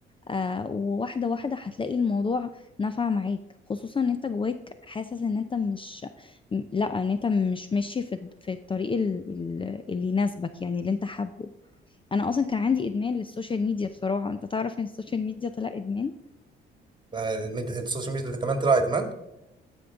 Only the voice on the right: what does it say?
فالمد- السوشيال ميديا ده كمان طلع ادمان